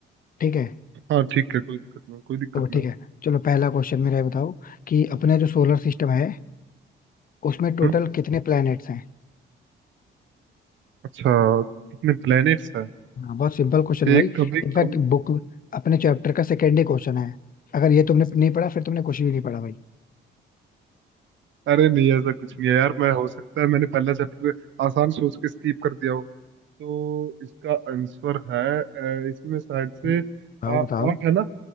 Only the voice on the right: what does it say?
हाँ ठीक है कोई दिक्कत नहीं कोई दिक्कत
नहीं
हम्म
अच्छा कितने प्लेनेट्स हैं
एक
कभी
कम
अरे नहीं ऐसा कुछ नहीं है यार मैं हो सकता है मैंने पहला चैप्टर आसान सोच के स्किप कर दिया हो तो इसका आंसर है अ, इसमें शायद से
आ, आठ
है ना